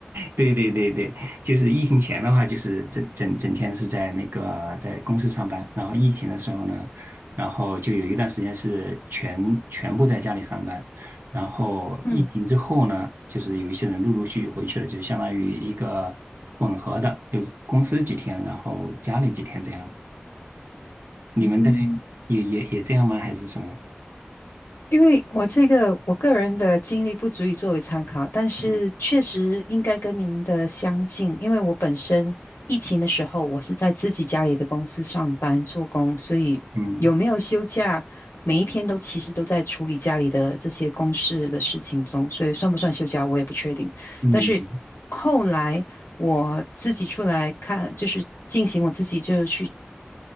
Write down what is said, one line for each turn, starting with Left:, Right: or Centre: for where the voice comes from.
Right: 对对对对对，就是疫情前的话，就是整整整天是在那个在公司上班，然后疫情的时候呢，然后就有一段时间是全全部在家里上班，然后疫情之后呢，
Left: 嗯
Right: 就是有一些人陆陆续续回去了，就相当于一个混合的，就是公司几天，然后家里几天这样子。你们这边也也也这样吗？
Left: 嗯。
Right: 还是什么？
Left: 因为我这个我个人的经历不足以作为参考，但是确实应该跟您的相近，
Right: 嗯
Left: 因为我本身疫情的时候，我是在自己家里的公司上班做工，所以有没有休假，
Right: 嗯
Left: 每一天都其实都在处理家里的这些公事的事情中，所以算不算休假我也不确定。
Right: 嗯，
Left: 但是后来我自己出来看，就是进行我自己就是去